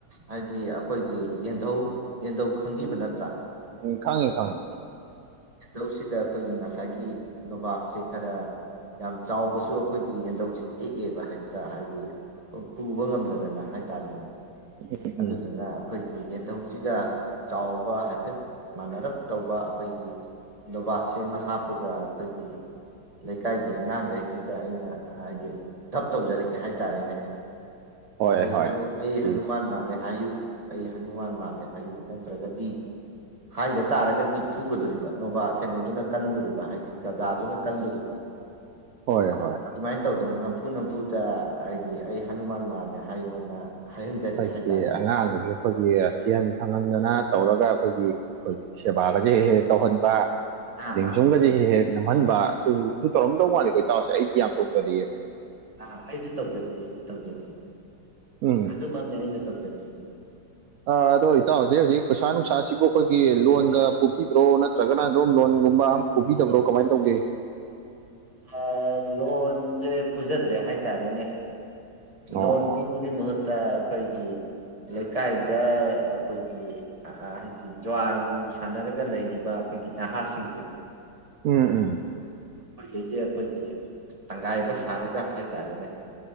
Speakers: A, on the right (about 20°); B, on the right (about 70°).
A: ꯍꯥꯏꯗꯤ ꯑꯩꯈꯣꯏꯒꯤ ꯌꯦꯟꯙꯧ ꯌꯦꯟꯙꯧ ꯈꯪꯕꯤꯕ ꯅꯠꯇ꯭ꯔꯥ
B: ꯎ ꯈꯪꯉꯦ ꯈꯪꯉꯦ ꯈꯪꯉꯦ
A: ꯗꯧꯁꯤꯗ ꯑꯩꯈꯣꯏꯒꯤ ꯉꯁꯥꯏꯒꯤ ꯅꯣꯕꯥꯞꯁꯦ ꯈꯔ ꯌꯥꯝ ꯆꯥꯎꯕꯁꯨ ꯑꯩꯈꯣꯏꯒꯤ ꯌꯦꯟꯊꯧꯧꯁꯤꯦ ꯇꯦꯛꯑꯦꯕ ꯍꯦꯛꯇ ꯍꯥꯏꯗꯤ ꯄꯨꯕ ꯉꯝꯗꯗꯅ ꯍꯥꯏꯇꯥꯔꯦꯅꯦ
B: <inaudible>
A: ꯑꯗꯨꯗꯨꯅ ꯑꯩꯈꯣꯏꯒꯤ ꯌꯦꯟꯙꯊꯧꯁꯤꯒ ꯆꯥꯎꯕ ꯍꯥꯏꯐꯦꯠ ꯃꯥꯟꯅꯔꯞ ꯇꯧꯕ ꯑꯩꯈꯣꯏ ꯂꯣꯕꯥꯞꯁꯦ ꯑꯃ ꯍꯥꯞꯄꯒ ꯑꯩꯈꯣꯏꯒꯤ ꯂꯩꯀꯥꯏꯒꯤ ꯑꯉꯥꯡꯈꯩꯁꯤꯗ ꯑꯩꯅ ꯍꯥꯏꯗꯤ ꯊꯞ ꯇꯧꯖꯔꯛꯑꯦ ꯍꯥꯏꯇꯥꯔꯦꯅꯦ
B: ꯍꯣꯏ
A: ꯑꯩ
B: ꯍꯣꯏ
A: ꯍꯅꯨ
B: ꯑꯩꯈꯣꯏꯒꯤ
A: ꯑꯩ ꯍꯅꯨꯃꯥꯟ ꯃꯥꯂꯦ ꯍꯥꯏꯌꯨ ꯑꯩ ꯍꯅꯨꯃꯥꯟ ꯃꯥꯜꯂꯦ ꯍꯥꯏꯌꯨ ꯅꯠꯇ꯭ꯔꯒꯗꯤ ꯍꯥꯏꯗ ꯇꯥꯔꯒꯗꯤ ꯐꯨꯒꯗꯣꯔꯤꯕ ꯅꯣꯕꯥ ꯀꯩꯅꯣꯗꯨꯅ ꯀꯟꯗꯣꯔꯤꯕ ꯍꯥꯏꯗꯤ ꯗꯥꯗꯨꯅ ꯀꯟꯗꯣꯔꯤꯕ
B: ꯍꯣꯏ
A: ꯑ
B: ꯍꯣꯏ
A: ꯑꯗꯨꯗ ꯃꯥꯏ ꯇꯧ ꯑꯗꯨꯅ ꯅꯝꯐꯨ ꯅꯝꯐꯨꯗ ꯑꯩꯗꯤ ꯑꯩ ꯍꯅꯨꯃꯥꯟ ꯃꯥꯜꯂꯦ ꯍꯥꯏꯌꯣꯅ ꯍꯥꯏꯍꯟꯖꯔꯛꯑꯦ
B: ꯑꯩꯈꯣꯏꯒꯤ
A: ꯍꯥꯏꯇꯥꯔꯦꯅꯦ
B: ꯑꯉꯥꯡꯁꯦ ꯑꯩꯈꯣꯏꯒꯤ ꯀꯤꯍꯟ ꯈꯪꯍꯟꯗꯅ ꯇꯧꯔꯒ ꯑꯩꯈꯣꯏꯒꯤ ꯑꯩꯈꯣꯏꯒꯤ ꯁꯦꯕꯥꯒꯁꯦ ꯍꯦꯛ ꯍꯦꯛ ꯇꯧꯍꯟꯕ
A: ꯑꯥ
B: ꯂꯦꯡꯖꯨꯝꯒꯁꯦ
A: ꯑꯥ
B: ꯍꯦꯛ ꯍꯦꯛ ꯅꯝꯍꯟꯕ ꯑꯗꯨ ꯇꯧꯔꯝꯗꯧ ꯃꯥꯜꯂꯦꯈꯣ ꯏ ꯇꯥꯁꯦ ꯑꯩ ꯒ꯭ ꯌꯥꯝ ꯇꯧꯖꯔꯛꯑꯦꯕ
A: ꯑꯥ ꯑꯩꯁꯨ ꯇꯧꯖꯔꯛꯑꯦ ꯑꯩꯁꯨ ꯇꯧꯖꯔꯛꯑꯦ
B: ꯎꯝ
A: ꯑꯗꯨꯃꯛꯅꯦ ꯑꯩꯅ ꯇꯧꯖꯔꯛꯏꯗꯨꯁꯨ
B: ꯑꯗꯣ ꯏ ꯇ ꯍꯧꯖꯤꯦ ꯍꯧꯖꯤ ꯄꯁꯥꯅ ꯁꯥꯁꯤ ꯑꯩꯈꯣꯏꯒꯤ ꯂꯣꯟꯒ ꯄꯨꯕꯤꯕ꯭ꯔꯣ ꯅꯠꯇ꯭ꯔꯒꯅ ꯑꯗꯨꯝ ꯂꯣꯟꯒꯨꯝꯕ ꯄꯨꯕꯤꯗꯕ꯭ꯔꯣ ꯀꯃꯥꯏꯅ ꯇꯧꯒꯦ <unintelligible>
A: ꯑ, ꯂꯣꯟꯁꯦ ꯄꯨꯖꯗ꯭ꯔꯦ ꯍꯥꯏꯇꯥꯔꯦꯅꯦ
B: ꯑꯣ
A: ꯂꯣꯟ ꯄꯨꯕꯒꯤ
B: ꯑꯣ
A: ꯃꯍꯨ ꯇ ꯑꯩꯈꯣꯏꯒꯤ ꯂꯩꯀꯥꯏꯗ ꯑꯩꯈꯣꯏꯒꯤ ꯍꯥꯏꯗꯤ ꯖ꯭ꯋꯥꯔ ꯅꯨꯡ ꯁꯥꯟꯅꯔꯒ ꯂꯩꯔꯤꯕ ꯎ ꯐꯒꯤꯗ ꯍꯥꯁꯤꯡꯖ
B: ꯎꯝ ꯎꯝ
A: ꯑꯩꯈꯣꯏꯒꯤꯁꯦ ꯑꯩꯈꯣꯏꯒꯤ ꯇꯪꯒꯥꯏꯕ ꯁꯥꯔꯒ ꯍꯥꯏꯇꯥꯔꯦꯅꯦ